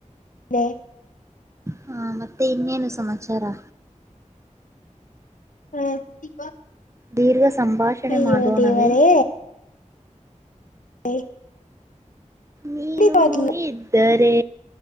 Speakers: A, on the left (about 80°); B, on the right (about 20°).
A: <unintelligible>
B: ಹಾ ಮತ್ತೆ ಇನ್ನೇನು ಸಮಾಚಾರಾ
A: <unintelligible>
B: ದೀರ್ಘ ಸಂಭಾಷಣೆ
A: ಅಯ್ಯೋ
B: ಮಾಡೋಣವೆ.
A: ದೇವರೇ <unintelligible>
B: ನೀನು
A: ಖಂಡಿತವಾಗಿಯೂ
B: ಇದ್ದರೆ